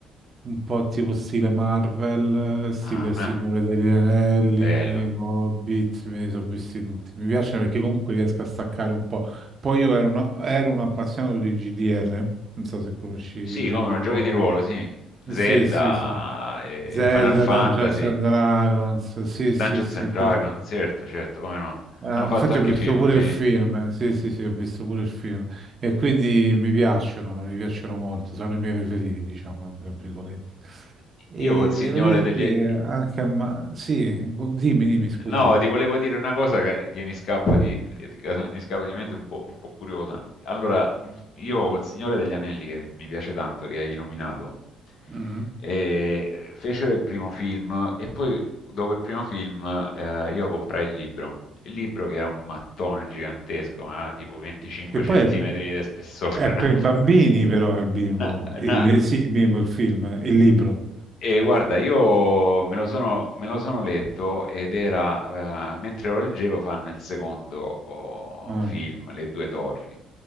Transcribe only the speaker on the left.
Ah,
ah,
bello.
Sì,
come
no,
giochi di ruolo, sì. Zelda,
eh,
Final Fantasy,
Dungeons
and Dragons,
certo, certo, come no.
Hanno fatto
anche
film,
sì.
Io col Signore
degli
No, ti volevo dire una cosa che, che mi scappa di, che mi scappa di mente un po', un po' curiosa. Allora, io col Signore degli Anelli, che mi piace tanto, che hai nominato,
eh, fecero il primo film e poi dopo il primo film eh, io comprai il libro. Il libro che era un mattone gigantesco, ma tipo 25
centimetri
di spessore,
<laughs>
una,
una-
una-
e guarda, io me lo sono, me lo sono letto ed era, eh, mentre lo leggevo, fanno il secondo oh,
film, Le due torri.